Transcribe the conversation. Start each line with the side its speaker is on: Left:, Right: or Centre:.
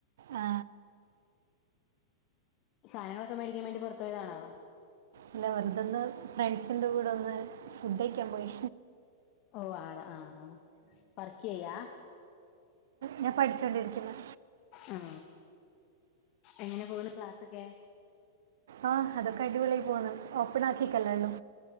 Right: ആ
Left: സാധനങ്ങളൊക്കെ മേടിക്കാൻ വേണ്ടി പൊർത്തോയതാണോ
Right: അല്ലെ വെറുതന്ന് ഫ്രണ്ട്സിൻ്റെ കൂടെ ഒന്ന് ഫുഡയിക്കാൻ പോയി
Left: ഓ ആണ ആ ആ വർക്ക് ചെയ്യാ
Right: ഞാൻ പഠിച്ചുകൊണ്ടിരിക്കുന്നു
Left: ആ എങ്ങനെ പോകുന്നു ക്ലാസ്സൊക്കെ
Right: ആ അതൊക്കെ അടിപൊളിയി പോന്ന ഓപ്പൺ ആക്കിക്കല്ലേള്ളോ